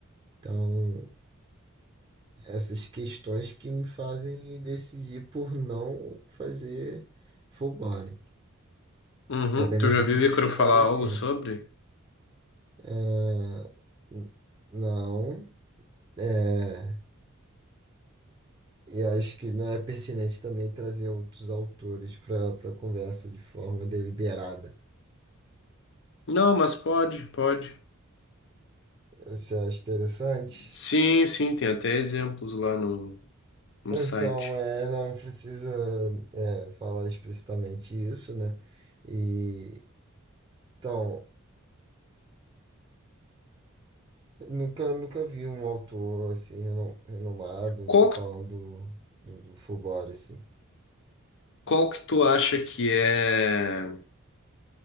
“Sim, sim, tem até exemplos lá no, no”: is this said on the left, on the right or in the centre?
Left